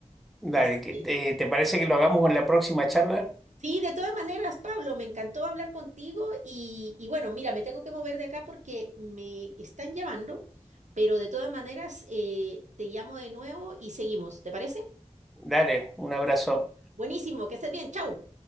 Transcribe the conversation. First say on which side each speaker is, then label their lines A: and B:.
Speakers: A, in the centre; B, on the right.
A: Dale,
B: Así
A: que-
B: que,
A: eh, ¿te parece que lo hagamos en la próxima charla?
B: sí, de todas maneras, Pablo, me encantó hablar contigo y, y bueno, mira, me tengo que mover de acá porque me están llamando, pero de todas maneras, eh, te llamo de nuevo y seguimos, ¿te parece?
A: Dale, un abrazo.
B: Buenísimo, que estés bien, chau.